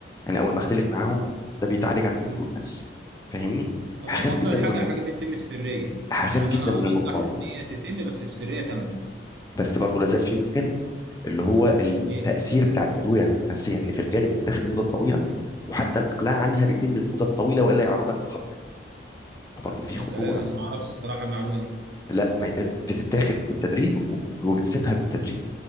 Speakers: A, on the left; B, on the right.
A: يعني اول ما اختلف معاهم ده بيتعالج عند دكتور
B: مم.
A: نفسي فاهمني
B: هو
A: هخاف
B: افضل
A: جدا
B: حاجه
A: من النقطة
B: الحاجات دي تتم في سريه
A: هخاف
B: يعني
A: جدا
B: انا
A: من
B: ارجح
A: النقطة دي
B: ان هي تتم بس في سريه تامه
A: بس برضه لازال في مشكلة اللي هو التأثير
B: ايه
A: بتاع الأدوية النفسية إن في الغالب بتتاخد لمدة طويلة وحتى الإقلاع عنها بيتم في مدة طويلة وإلا يعرضك لخطر فبرضه في
B: يا
A: خطورة
B: سلام انا ما اعرفش الصراحه المعلومه دي
A: لا ما بتتاخد بالتدريج وب- وبتسيبها بالتدريج